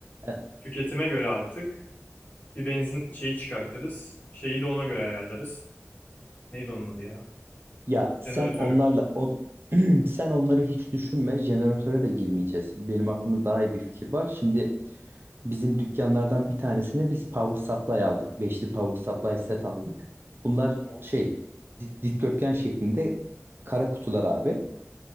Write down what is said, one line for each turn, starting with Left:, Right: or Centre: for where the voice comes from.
Right: E,
Left: tüketime göre artık bir benzin şeyi çıkartırız. Şeyi de ona göre ayarlarız. Neydi onun adı ya?
Right: Ya sen
Left: Jeneratörü.
Right: onlarla on, <clears throat> sen onları hiç düşünme. Jeneratöre de girmeyeceğiz. Benim aklımda daha iyi bir fikir var. Şimdi Bizim dükkanlardan bir tanesine biz power supply aldık. Beşli power supply set aldık. Bunlar
Left: Tamam.
Right: şey di- dikdörtgen şeklinde kara kutular abi.